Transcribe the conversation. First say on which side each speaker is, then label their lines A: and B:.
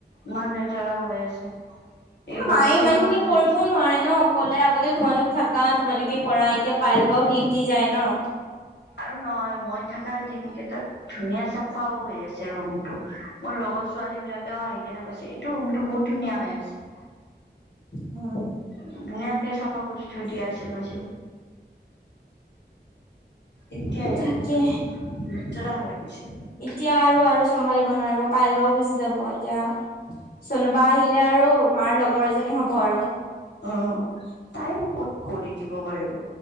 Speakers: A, on the left; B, on the left.
A: ইমান লেতেৰা হৈ আছে। এই
B: মায়ে
A: বস্তু
B: ইমান খিনি
A: থৈ
B: কৰিবও
A: দিছে
B: নোৱাৰে ন অকলে আগতে তোমালোক থাকা তোমালোকে কৰা এতিয়া পায়েল বাও দিউটি যায় ন!
A: আৰু নহয় মই থাকা দিন কেটাত ধুনীয়া চাফাও হৈ আছে ৰুমটো। মোৰ লগৰ ছোৱালী বিলাকেও আহি কেনে কৈছে এইটো ৰুমটো বহুত ধুনীয়া হৈ আছে।
B: উম।
A: ধুনীয়াকে চাফা কৰি থৈ দিয়া আছিলোঁ যে। এতিয়া এই
B: তাকে
A: ৰুমটো লেতেৰা হৈ গৈছে।
B: এতিয়া আৰু আৰু চম্ভালিব নোৱাৰিব পায়েল বাও গুচি যাব এতিয়া। চনোবা আহিলে আৰু মাৰ লগৰ এজনী হব আৰু
A: অ তাই ওপৰত কৰি দিব পাৰিব